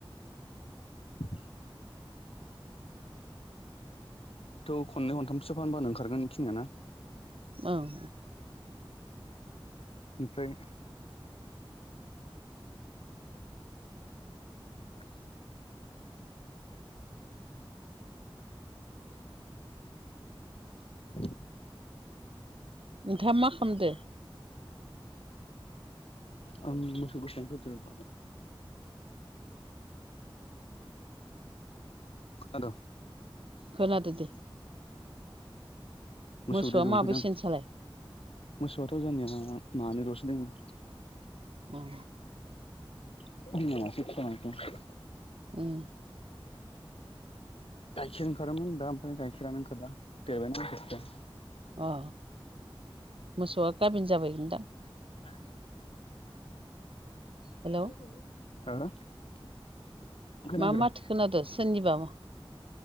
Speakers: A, on the left; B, on the right.
A: <inaudible> थ' खननै खनथामसो फानबानो ओंखारगोन इखिनियाना
B: औ
A: ओमफ्राय <unintelligible> <unintelligible>
B: नोंथाङा मा खालामदो
A: आं मोसौ दोस्लायनो फैदों <unintelligible> खोनादों
B: खोनादो दे
A: मोसौ
B: मोसौआ
A: दै दंफैदां
B: माबैसे नोंसालाय
A: मोसौआथ' जानिया मानैल'सो दंमोन
B: औ
A: <unintelligible>
B: उम
A: गाइखेर ओंखारोमोन दा ओमफ्राय गाइखेरानो ओंखारला देरबायना मोसौ फिसाया
B: अ मोसौआ गाबिन जाबायदां
A: <unintelligible>
B: हेलौ
A: <unintelligible>
B: मा माथो
A: र'
B: खोनादो सोरनिबा